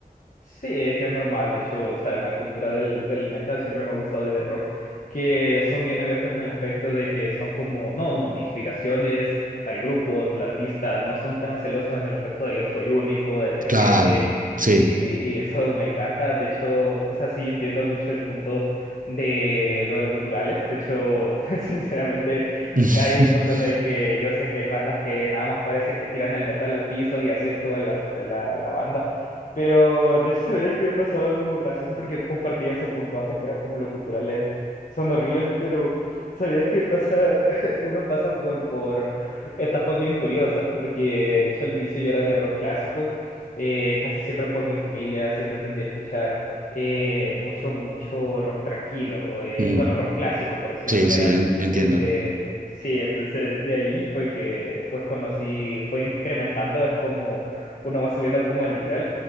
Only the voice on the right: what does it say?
Claro, sí.
<laughs>
Mm,
Sí,
sí, en- entiendo.